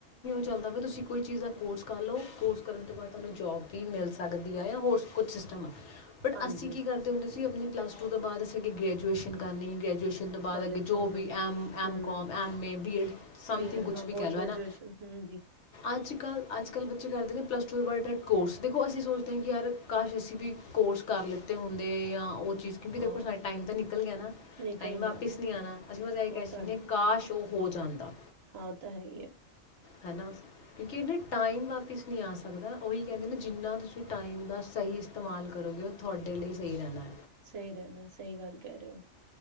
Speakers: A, on the left; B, on the right.
A: ਚੱਲਦਾ ਵ ਤੁਸੀਂ ਕੋਈ ਚੀਜ਼ ਦਾ ਕੋਰਸ ਕਰ ਲਓ ਕੋਰਸ ਕਰਨ ਤੋਂ ਬਾਅਦ ਤੁਹਾਨੂੰ ਜੋਬ ਵੀ ਮਿਲ ਸਕਦੀ ਹੈ ਜਾਂ ਹੋਰ ਕੁਛ ਬਟ
B: ਹਾਂਜੀ
A: ਅਸੀ ਕੀ ਕਰਦੇ ਹੁੰਦੇ ਸੀ ਅਪਣੀ ਪਲਸ ਟੂ ਤੌ ਬਾਅਦ ਅਸੀ ਗਰੈਜੂਏਸ਼ਨ ਕਰਨੀ ਗਰੈਜੂਏਸ਼ਨ ਕਰਨੀ ਉਹਦੇ ਬਾਅਦ
B: ਕਾਲਜ
A: ਅ ਜੋ
B: ਉਹਨਾਂ
A: ਵੀ M M
B: hmm
A: com M A BEd something
B: BEd
A: ਕੁਛ
B: ਹਾਂ
A: ਵੀ
B: ਪੋਸਟ
A: ਕਹਿ ਲਓ
B: ਗ੍ਰੈਜੂਏਸ਼ਨ
A: ਹੈ ਨਾ।
B: ਹਾਂਜੀ
A: ਅੱਜ ਕੱਲ੍ਹ ਅੱਜ ਕੱਲ੍ਹ ਬੱਚੇ ਕਰਦੇ ਨੇ ਪਲੱਸ ਟੂ ਉਸ ਬਅ ਡਰੈਕਟ ਕੋਰਸ ਦੇਖੋ ਅਸੀਂ ਸੋਚਦੇ ਹਾਂ ਕਿ ਯਾਰ ਕਛ ਅਸੀਂ ਵੀ ਕੋਰਸ ਕਰ ਲਿੱਤੇ ਹੁੰਦੇ ਜਾਂ ਉਹ
B: ਹਾਂ
A: ਟਾਇਮ ਤਾ ਨਿਕਲ ਗਿਆ ਨਾ
B: ਨਿਕਲ
A: ਟਾਇਮ ਵਾਪਸ
B: ਗਿਆ
A: ਤਾ ਨਹੀ ਨਹੀ ਆਣਾ
B: ਉਹ ਤਾਂ
A: ਕਾਸ਼ ਉਹ ਹੋ ਜਾਂਦਾ।
B: ਹਾਂ ਤਾਂ ਹੈ।
A: ਹਨਾ ਕਿਉਂਕਿ ਇਹਨੇ ਟਾਈਮ ਵਾਪਿਸ ਨਹੀਂ ਆ ਸਕਦਾ ਉਹੀ ਕਹਿੰਦੇ ਜਿੰਨਾ ਤੁਸੀਂ ਟਾਈਮ ਦਾ ਸਹੀ ਇਸਤੇਮਾਲ ਕਰੋਗੇ ਉਹ ਤੁਹਾਡੇ ਲਈ ਸਹੀ ਰਹਿੰਦਾ।
B: ਸਹੀ ਰਹਿਣਾ ਸਹੀ ਗੱਲ ਕਹਿ ਰਹੇ ਹੋ।